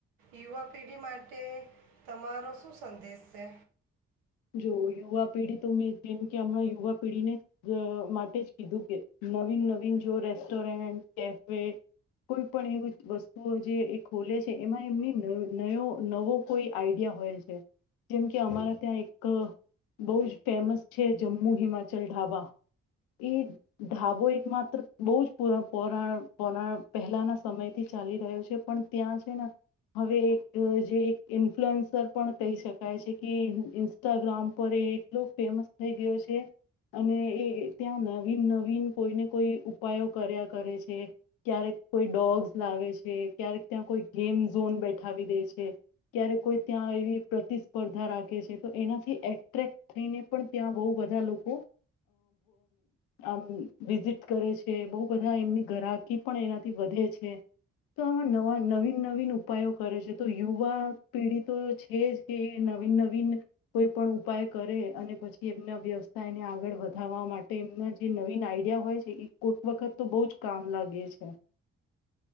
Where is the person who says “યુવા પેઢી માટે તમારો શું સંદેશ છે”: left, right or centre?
Right